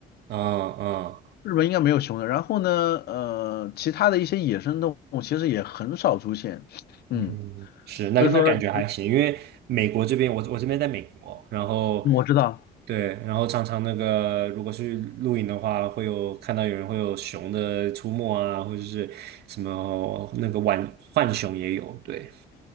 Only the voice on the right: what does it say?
嗯
嗯，嗯是，那那感觉还行，
因为美国这边，我我这边在美国，然后
对，然后常常那个如果去露营的话，会有看到有人会有熊的出没啊，或者是什么那个浣浣熊也有，对。